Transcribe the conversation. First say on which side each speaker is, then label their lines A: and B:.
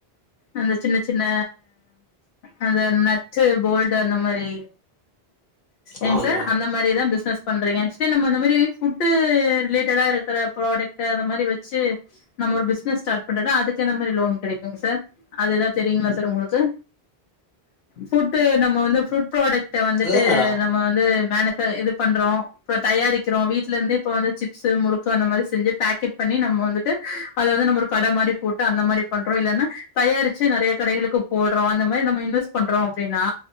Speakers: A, on the left; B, on the left.
A: அந்த சின்ன சின்ன அந்த நட்ஸ்ஸு போல்டு அந்த மாரி எங்
B: ஆமாங்க.
A: சார் அந்த மாரி தா பிசினஸ் பண்றங்க ஆக்ட்சுவலி நம்ம இந்த மாரி ஃபுட்டு ரிலேட்டடா இருக்க ப்ராடக்ட்டு அந்த மாரி வச்சி நம்ம ஒரு பிஸ்னஸ் ஸ்டார்ட் பண்றத அது எத்த மாரி லோன் கெடைக்குங்க சார் அது எதனா தெரியுங்ளா சார் உங்ளுக்கு புட்டு நம்ம வந்து ஃ புட் ப்ராடக்ட வந்துட்டு
B: அதுதான் மேடம்.
A: நம் ம வந்து மேனுஃபே இது பண்றோ இப்போ தயாரிக்கிறோ வீட்ல இருந்து இப்ப வந்து சிப்ஸ்ஸு முறுக்கு அந்த மாரி செஞ்சி பாக்கெட் பண்ணி நம்மோ வந்துட்டு அத வந்து நம்ம ஒரு கட மாரி போட்டு அந்த மாரி பண்றோ இல்லன்னா தயாரிச்சி நெறைய கடைகளுக்கு போடுறோ அந்த மாரி நம்ம இன்வெஸ் பண்றோ அப்டின்னா